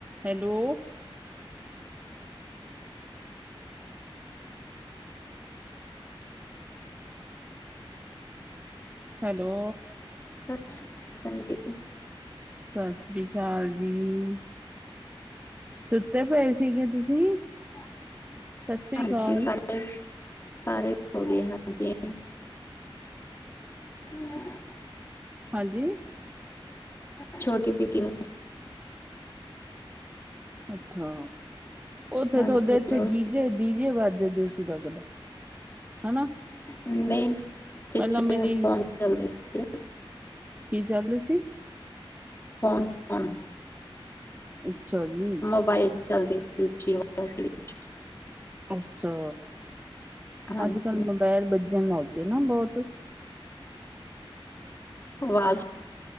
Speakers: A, on the right; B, on the left.
A: Hello. Hello.
B: ਸਤਿ ਸ਼੍ਰੀ ਅਕਾਲ ਜੀ।
A: ਸਤਿ ਸ੍ਰੀ ਅਕਾਲ ਜੀ! ਸੁੱਤੇ ਪਏ ਸੀਗੇ ਤੁਸੀਂ?
B: ਅਕਾਲ
A: ਸ੍ਰੀ
B: ਹਾਂਜੀ।
A: ਅਕਾਲ,
B: ਸਾਰੇ-ਸਾਰੇ ਵਧੀਆ। ਹਾਂਜੀ <inaudible>
A: ਹਾਂਜੀ?
B: ਛੋਟੀ ਬੇਟੀ ਨੂੰ
A: ਅੱਛਾ ਉੱਥੇ
B: ਹਾਂਜੀ
A: ਤੁਹਾਡੇ, ਇੱਥੇ
B: ਹੋਰ
A: ਜੀ ਜੇ, ਡੀਜੇ ਵੱਜਦੇ ਸੀ ਲੱਗਦਾ, ਹਨਾ?
B: ਨਹੀਂ, ਪਿੱਛੇ
A: ਪਹਿਲਾਂ ਮੇਰੀ
B: ਫਹਨ ਚੱਲਦੇ ਸੀਗੇ।
A: ਕੀ ਚੱਲਦੇ ਸੀ?
B: ਫੋਨ, ਫੋਨ
A: ਅੱਛਾ ਜੀ।
B: ਮੋਬਾਇਲ'ਚ ਚੱਲਦੀ ਸੀ, ਉੱਚੀ ਅਵਾਜ਼। <unintelligible>
A: ਅੱਛਾ।
B: ਹਾਂਜੀ
A: ਅੱਜਕੱਲ ਮੋਬਾਇਲ ਬੱਜਣ ਲਗਗੇ ਨਾ, ਬਹੁਤ।
B: ਵਾਜ਼,